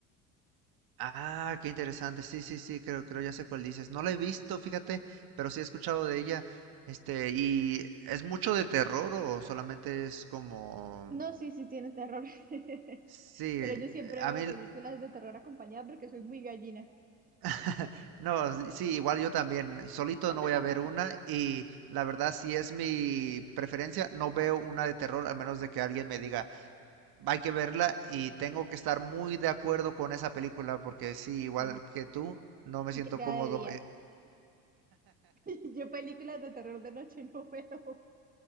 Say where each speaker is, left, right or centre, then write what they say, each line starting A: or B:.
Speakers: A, on the right; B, on the right.
A: Ah, qué interesante. Sí, sí, sí, creo, creo ya sé cuál dices. No la he visto, fíjate, pero sí he escuchado de ella. Este, ¿y es mucho de terror o solamente es como...
B: No, sí, sí, tiene terror. <laughs>
A: Sí,
B: Pero yo siempre
A: eh, a
B: veo
A: mí...
B: películas de terror acompañada porque soy muy gallina.
A: <laughs> No, sí, igual yo también. Solito
B: <laughs>
A: no voy a ver una y la verdad si es mi preferencia, no veo una de terror a menos de que alguien me diga, hay que verla y tengo que estar muy de acuerdo con esa película porque sí, igual
B: Sí.
A: que tú, no me
B: Y
A: siento
B: que sea
A: cómodo.
B: de día.
A: <laughs>
B: <laughs> Yo películas de terror de noche no veo.